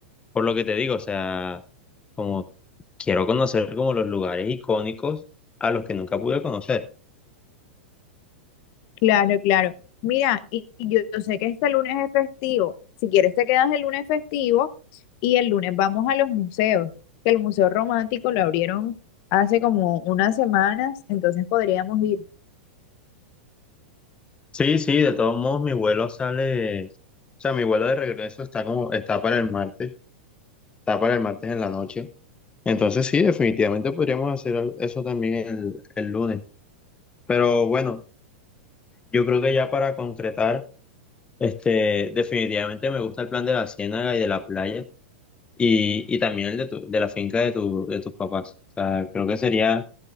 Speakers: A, on the left; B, on the left.
A: Por lo que te digo, o sea, como quiero conocer como los lugares icónicos a los que nunca pude conocer.
B: Claro, claro. Mira, y y yo, yo sé que este lunes es festivo. Si quieres te quedas el lunes festivo y el lunes vamos a los museos, que el Museo Romántico lo abrieron hace como unas semanas, entonces podríamos ir.
A: Sí, sí, de todos modos mi vuelo sale, o sea, mi vuelo de regreso está como, está para el martes, está para el martes en la noche. Entonces sí, definitivamente podríamos hacer al- eso también el, el lunes. Pero bueno, yo creo que ya para concretar, este, definitivamente me gusta el plan de la ciénaga y de la playa y, y también el de, tu- de la finca de, tu, de tus papás. O sea, creo que sería